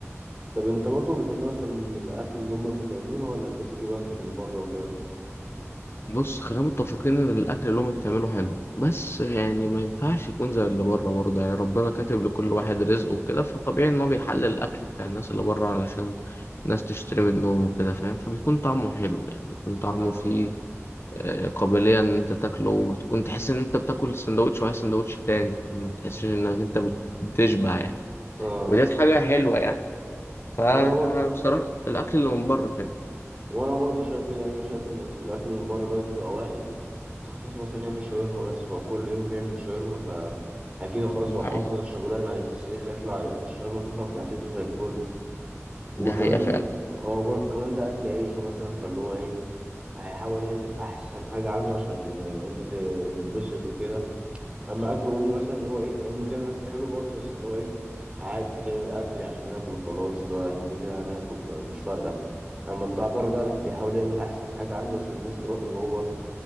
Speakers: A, on the right; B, on the left.
A: طب أنت برضه بتحب مثلا الأكل اللي أمك بتعمله ولا تحب تجيب أكل من بره وكده؟
B: بص خلينا متفقين ان الاكل اللي هم بتعمله حلو بس يعني ما ينفعش يكون زي اللي بره برضه يعني ربنا كاتب لكل واحد رزقه وكده فطبيعي ان هو بيحلل الاكل بتاع الناس اللي بره علشان الناس تشتري منهم وكده فاهم فبيكون طعمه حلو يعني بيكون طعمه
A: آه
B: فيه آه، قابلية ان انت تاكله وبتكون تحس ان انت بتاكل سندوتش وعايز سندوتش تاني فاهم؟ ما بتحسش انك انت بت- بتشبع يعني
A: آه
B: ودي حاجة حلوة يعني فبصراحة
A: وأنا برضه
B: الاكل اللي من بره حلو
A: وانا برضو شايف كده يعني انا شايف ان أصل الاكل من بره دوت بيبقى واحد تخصص مثلا يعمل شاورما بس فهو كل يوم بيعمل شاورما فا اكيد خلاص
B: دي
A: هو
B: حقيقة
A: حافظ الشغلانه هيتسيخ يطلع الشاورما تطلع من تحت ايده زي الفل وكمان
B: دي حقيقة فعلا
A: هو برضه كمان ده اكل عيشه مثلا فاللي هو ايه هيحاول يعمل احسن حاجه عنده عشان انت ت- تتبسط وكده اما اكل وامي مثلا اللي هو ايه هي امي بتعمل اكل حلو برضو بس اللي هو ايه عادي بتعمل اكل عشان ناكل وخلاص لا احنا كده هناكل فمش فارقه اما بتاع بره ده لا بيحاول يعمل احسن حاجه عنده عشان الناس تروح له هو